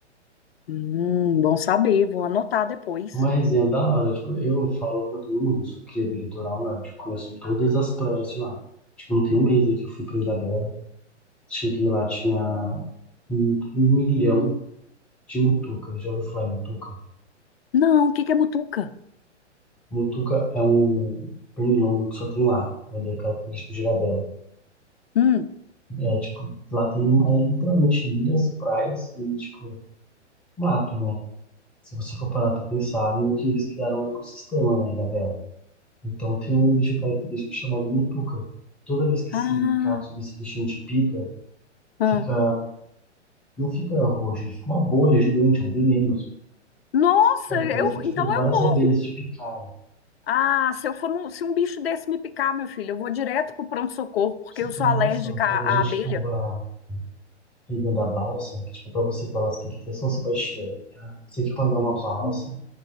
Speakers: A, on the left; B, in the centre.
A: Hum, bom saber, vou anotar depois.
B: Uma resenha da hora, tipo, eu falo pra todo mundo, eu sou cria do litoral norte, conheço todas as praias de lá. Tipo, não tem um mês aí que eu fui pra Ilhabela, cheguei lá, tinha um um milhão de mutucas, já ouviu falar em mutuca?
A: Não, o que que é Mutuca?
B: Mutuca é um pernilongo que só tem lá, né? Ele é característico de Ilhabela.
A: Hum.
B: É, tipo, lá tem é, literalmente ilhas, praias e, tipo, mato, né? Se você for parar pra pensar, meio que eles criaram um ecossistema, né, Ilhabela. Então tem um bicho característico chamado Mutuca. Toda vez que
A: Ah,
B: esse cato desse bichinho te pica,
A: ah.
B: fica... Não fica roxo, ele fica uma bolha gigante, é um veneno.
A: Nossa,
B: Sabe,
A: eu,
B: parece que, tipo,
A: então eu
B: várias
A: morro.
B: abelhas te picaram. Pra
A: Ah, se eu for num- se um bicho desse me picar, meu filho, eu vou direto pro pronto-socorro, porque
B: você
A: eu
B: ter
A: sou
B: uma
A: alérgica
B: noção, quando
A: à,
B: a gente
A: à abelha.
B: tava vivendo a balsa, que, tipo, pra você falar assim, que tem São Sebastião, você tem que pagar uma balsa,